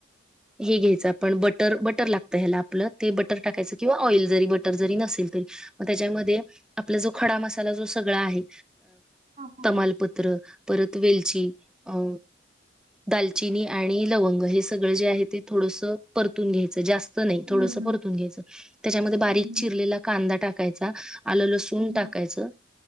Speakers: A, in the centre; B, on the right.
A: हे घ्यायचं आपण बटर बटर लागतं ह्याला आपलं ते बटर टाकायचं किंवा ऑइल जरी बटर. नसेल तरी त्याच्या मध्ये आपला खडा मसाला जो आहे.
B: हां हा
A: तमालपत्र परत वेलची अ दालचिनी आणि लवंग हे सगळं जे आहे ते थोडसं परतून घ्यायचं. जास्त- - त नाही.
B: हम्म
A: थोडस
B: हम्म
A: परतून घ्यायचं. त्याच्यामध्ये
B: हम्म
A: बारीक
B: हम्म.
A: चिरलेला कांदा टाकायचा. आलं लसुण
B: हं, हं,
A: टाकायचं